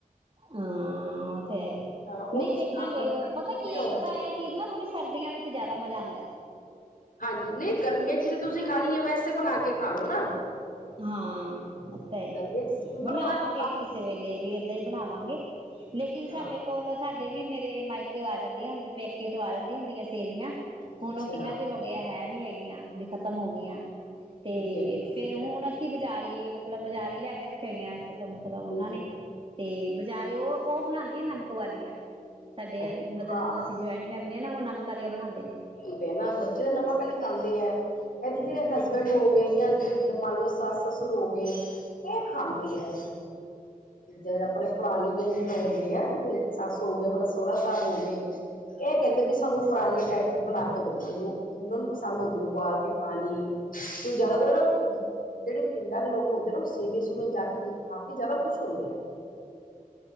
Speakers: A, on the right; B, on the left.
A: ਹਾਂ ਉ ਤੇ ਹੈ ਈ
B: ਉਹ
A: ਨਹੀਂ
B: ਤੁਸੀਂ
A: ਦੇਖਾਂਗੇ
B: ਨਾਲ ਬਰਾਬਰ
A: ਉ
B: ਪੀਂਦੇ
A: ਪਤਾ ਕੀ
B: ਹੋ
A: ਇੱਕ ਤਾਂ ਇਹ ਚੀਜ਼ ਨਾ ਥੋੜੀ ਸਰਦੀਆਂ ਵਿੱਚ ਜਿਆਦਾ ਮਜ਼ਾ ਆਂਦਾ ਐ।
B: ਹਾਂਜੀ ਨਹੀਂ ਗਰਮੀਆਂ ਚ ਜੇ ਤੁਸੀਂ ਖਾਣੀ ਏ ਵੈਸੇ ਬਣਾ ਕੇ ਖਾ ਲੋ ਨਾ।
A: ਹਾਂ ਓ ਤਾਂ ਹੈ ਈ
B: ਗਰਮੀਆਂ ਚ ਸਿੰਪਲ
A: ਬਣਾਵਾਂਗੇ
B: ਬਣਾ ਕੇ
A: ਕਿਸੇ ਵੇਲੇ ਵੀ ਏਦਾਂ ਈ ਬਣਾਵਾਂਗੇ। ਲੇਕਿਨ
B: ਖਾ ਹਾਂ
A: ਸਾਡੇ ਕੋਲ ਸਾਡੇ ਵੀ ਮੇਰੇ ਮਾਇਕੇ ਆ ਜਾਂਦੀਆਂ ਆ ਪੇਕੇ ਤੋਂ ਆ ਜਾਂਦੀਆਂ ਹੁੰਦੀਆਂ ਸੀ। ਸੇਵੀਆਂ
B: ਅੱਛਾ
A: ਹੁਣ ਓ ਕਿੰਨਾ ਚਿਰ ਹੋ ਗਿਆ ਹੈ ਨੀ ਹੈਗੀਆਂ ਬੀ ਖ਼ਤਮ ਹੋ ਗਈਆਂ।
B: ਠੀਕ
A: ਤੇ
B: ਹੈ ਠੀਕ
A: ਫੇਰ
B: ਹੈ
A: ਹੁਣ ਅਸੀਂ ਬਜ਼ਾਰੀ ਮਤਲਬ ਬਜ਼ਾਰੀ ਲਿਆ ਕੇ ਰੱਖੀਆਂ ਹੋਈਆਂ ਮਤਲਬ ਉਹਨਾਂ
B: ਹਮ
A: ਨੇ ਤੇ ਬਜ਼ਾਰੇ ਓ ਓ ਬਣਾਉਂਦੀ ਆ ਨਮਕ ਵਾਲੀਆਂ। ਸਾਡੇ
B: ਹਾਂ
A: ਮਤਲਬ ਅਸੀਂ ਜੋਇੰਟ ਫੈਮਲੀ ਆ ਨਾ ਓ ਨਮਕ ਵਾਲੀਆਂ ਬਣਾਉਂਦੇ ਨੇ।
B: ਹੁਣ ਤੇ ਨਾ ਬੱਚੇ ਨਮਕ ਆਲੀ ਖਾਂਦੇ ਐ। ਐ ਤੇ ਜਿਹੜੇ ਹਸਬੈਂਡ ਹੋ ਗਏ ਜਾਂ ਮੰ ਲਓ ਸੱਸ ਸਸੁਰ ਹੋ ਗਏ ਏ ਖਾਂਦੇ ਐ। ਜਿੱਦਾਂ ਜੇੜੇ ਆਪਣੇ ਪੁਰਾਣੇ ਜੇਂ ਹੁੰਦੇ ਹੈ ਜੇ ਸੱਸ ਹੋ ਗਏ ਆਪਣਾ ਸੋਹਰਾ ਸਾਹਿਬ ਹੋ ਗਏ ਇਹ ਕਹਿੰਦੇ ਪੇ ਸਾਨੂੰ ਫਰਾਲੇ ਟਾਈਪ ਦੀ ਬਣਾ ਕੇ ਦੋ ਮੈਨੂੰ ਉਹਨਾਂ ਨੂੰ ਪਸੰਦ ਹੁੰਦੀ ਆ ਉਬਾਲ ਕੇ ਖਾਣੀ, ਤੇ ਜਾਦਾ ਜਾਦਾ ਜਿਹੜੇ ਪਿੰਡਾਂ ਦੇ ਲੋਕ ਹੁੰਦੇ ਨਾ ਉਹ ਸੇਵੀਆਂ ਸੁਵਿਆਂ ਜਾ ਕੇ ਖਾ ਕੇ ਜ਼ਿਆਦਾ ਖੁਸ਼ ਹੁੰਦੇ ਆ।